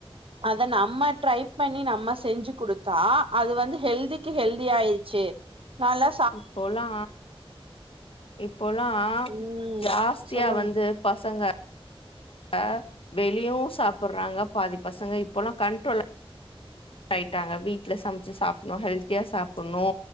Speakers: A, on the right; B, on the left.
A: அத நம்ம ட்ரை பண்ணி நம்ம செஞ்சு குடுத்தா அது வந்து ஹெல்திக்கு ஹெல்தி ஆயிர்ச்சி நால்லா
B: இப்போல்லா இப்பொலா
A: ம்
B: ஜாஸ் சியா
A: சொல்லுங்க
B: வந்து பசங்க அ வெளியவு சாப்புட்றாங்க பாதி பசங்க இப்பொலா கண்ட்ரோல அய்ட்டாங்க வீட்ல சமச்சு சாப்புட்ணு ஹெல்த் தியா சாப்புட்ணு